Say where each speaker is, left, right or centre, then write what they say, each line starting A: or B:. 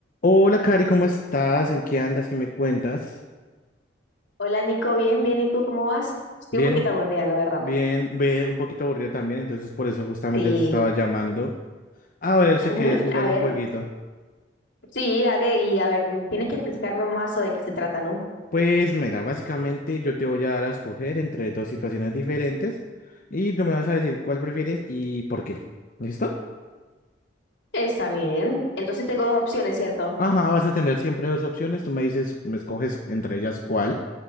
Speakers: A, on the left; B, on the left.
A: Hola, Cari, ¿cómo estás? ¿En qué andas? ¿Qué me cuentas?
B: Hola Nico, bien, bien, ¿y tú cómo vas? Estoy
A: Bien,
B: un poquito
A: un-
B: aburrida, la verdad.
A: bien, ve un poquito aburrida también, entonces por eso justamente
B: Sí,
A: te estaba llamando a ver si
B: ujú,
A: querías jugar
B: A
A: un
B: ver,
A: jueguito.
B: sí, dale, y a ver, mm, tienes que explicarme más o de qué se trata, ¿no?
A: Pues mira, básicamente yo te voy a dar a escoger entre dos situaciones diferentes y tú me vas a decir cuál prefieres y por qué. ¿Listo?
B: Está bien. Entonces tengo dos opciones, ¿cierto?
A: Ajá, vas a tener siempre dos opciones, tú me dices, me escoges entre ellas cuál